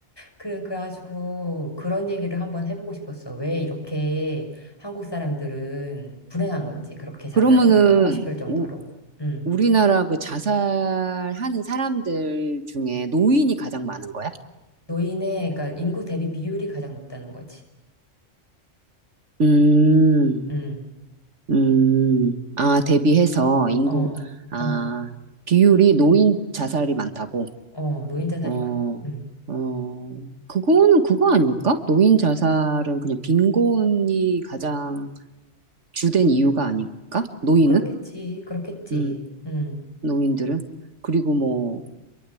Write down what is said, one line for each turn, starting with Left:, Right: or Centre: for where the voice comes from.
Left: 그래, 그래가지고 그런 얘기를 한번 해보고 싶었어. 왜 이렇게 한국 사람들은 불행한 건지, 그렇게 자살을
Right: 그러면은,
Left: 하고 싶을 정도로.
Right: 우,
Left: 음.
Right: 우리나라 그 자살하는 사람들 중에 노인이 가장 많은 거야?
Left: 노인의, 그러니까 인구 대비 비율이 가장 높다는 거지.
Right: 음.
Left: 음.
Right: 음, 아, 대비해서 인구,
Left: 어,
Right: 아,
Left: 어,
Right: 비율이 노인 자살이 많다고.
Left: 어, 노인 자살이
Right: 어,
Left: 많아. 음.
Right: 어, 그거는 그거 아닐까? 노인 자살은 그냥 빈곤이 가장 주된 이유가 아닐까? 노인은?
Left: 그렇겠지, 그렇겠지.
Right: 음,
Left: 음,
Right: 노인들은? 그리고 뭐,